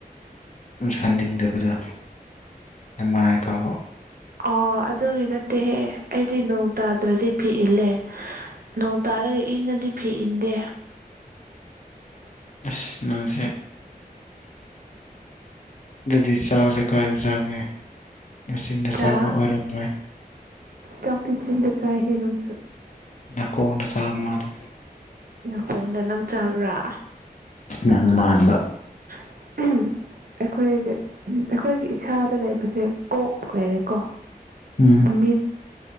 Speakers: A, on the left (about 50°); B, on the right (about 70°).
A: ꯍꯟꯅꯤꯡꯗꯕꯗ ꯅꯃꯥꯕ
B: ꯑꯣ ꯑꯗꯨꯒꯤ ꯅꯠꯇꯦꯍꯦ ꯑꯩꯗꯤ ꯅꯣꯡ ꯇꯥꯗ꯭ꯔꯗꯤ ꯐꯤ ꯏꯜꯂꯦ ꯅ ꯍꯥꯏꯔꯒ ꯏꯪꯉꯗꯤ ꯐꯤ ꯏꯟꯗꯦ
A: ꯑꯁ ꯅꯪꯁꯦ ꯗꯗꯤ ꯆꯒ ꯁꯦ ꯀꯥꯏꯗ ꯆꯒꯦ ꯅꯆꯤꯟꯗ
B: ꯆꯥꯛ
A: ꯆꯥꯕ ꯑꯣꯏꯔꯝꯃꯣꯏ
B: ꯆꯥꯛꯇꯤ ꯆꯤꯟꯗ ꯆꯥꯏꯍꯦ ꯅꯪꯁꯨ
A: ꯑꯀꯥꯎꯟꯗ ꯁꯥꯕ ꯃꯥꯅ
B: ꯌꯥꯐꯣꯗ ꯅꯪ ꯆꯕ꯭ꯔꯥ
A: ꯅꯪ ꯃꯥꯟꯕ
B: ꯑꯩꯈꯣꯏꯒꯤ ꯑꯩꯈꯣꯏꯒꯤ ꯏꯁꯥꯗ ꯂꯩꯕꯁꯦ ꯀꯣꯛ ꯂꯩꯔꯦꯀꯣ
A: ꯎꯝ
B: ꯃꯤ